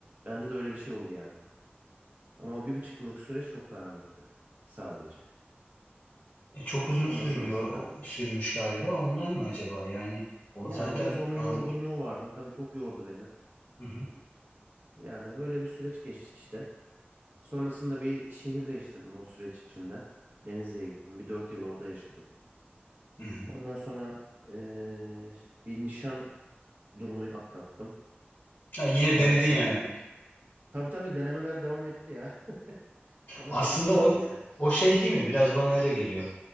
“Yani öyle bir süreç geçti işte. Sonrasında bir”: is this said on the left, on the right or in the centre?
Right